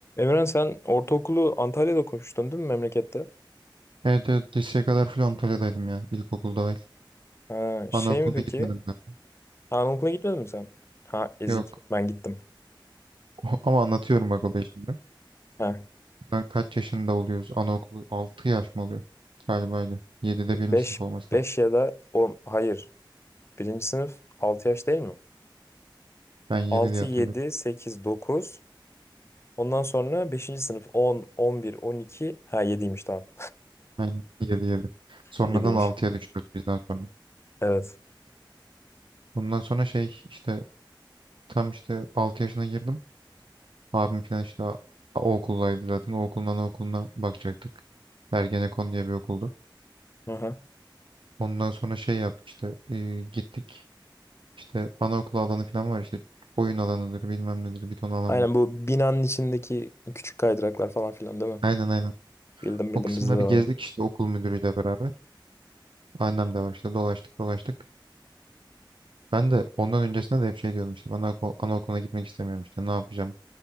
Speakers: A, on the left; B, on the right.
A: Emren sen ortaokulu Antalya'da okumuştun değil mi memlekette?
B: Evet evet liseye kadar full Antalya'daydım ya. İlkokul dahil.
A: Ha, şey
B: Anaokuluna
A: mi peki?
B: gitmedim ben.
A: Ha, anaokula gitmedin mi sen? Ha ezik
B: Yok.
A: ben gittim.
B: <laughs> Ama anlatıyorum bak olayı şimdi.
A: Ha
B: Ben kaç yaşında oluyoruz? Anaokulu 6 yaş mı oluyor? Galibaydı. 7'de birinci
A: 5
B: sınıf olması
A: 5
B: lazım.
A: ya da 10 hayır. Birinci sınıf 6 yaş değil mi?
B: Ben 7
A: 6
B: diye hatırlıyorum.
A: 7 8 9 Ondan sonra beşinci sınıf on on bir on iki Ha yediymiş tamam.
B: Aynen 7 7. Sonradan
A: <laughs> Yediymiş.
B: altıya düşürdük bizden sonra.
A: Evet.
B: Bundan sonra şey işte tam işte 6 yaşına girdim. Abim falan işte a- o okuldaydı zaten. O okuldan o okuluna bakacaktık. Ergenekon diye bir okuldu.
A: Aha.
B: Ondan sonra şey yaptık işte e, gittik. İşte anaokulu alanı falan var işte oyun alanıdır bilmem nedir bir ton alan
A: Aynen
B: var.
A: bu binanın içindeki küçük kaydıraklar falan filan değil mi?
B: Aynen aynen.
A: Bildim bildim
B: O kısımları
A: bizde de var.
B: gezdik işte okul müdürüyle beraber. Annem de var işte dolaştık dolaştık. Ben de ondan öncesinde de hep şey diyordum işte bana anaokuluna gitmek istemiyorum işte ne yapacağım.